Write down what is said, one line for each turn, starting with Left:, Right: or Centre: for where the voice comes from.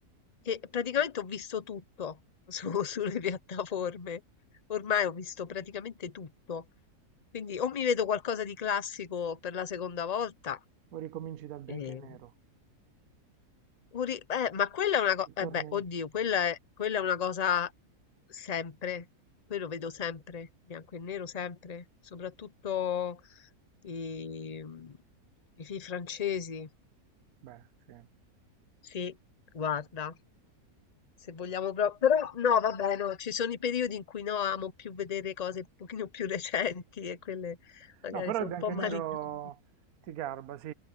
Left: Che praticamente ho visto tutto su- <laughs> sulle piattaforme. Ormai ho visto praticamente tutto. Quindi o mi vedo qualcosa di classico per la seconda volta,
Right: O ricominci dal bianco
Left: ehm,
Right: e nero?
Left: Uri- eh, ma quella è una cosa,
Right: Ritorni?
Left: eh beh, oddio, quella è, quella è una cosa sempre, quello vedo sempre, bianco e nero sempre, soprattutto i, i film francesi.
Right: Beh, sì.
Left: Sì, guarda, se vogliamo proprio, però no, vabbè, no, ci sono i periodi in cui no, amo più vedere cose un pochino più recenti e quelle magari
Right: No, però
Left: sono
Right: il bianco
Left: un po'
Right: e
Left: malignoni.
Right: nero ti garba, sì.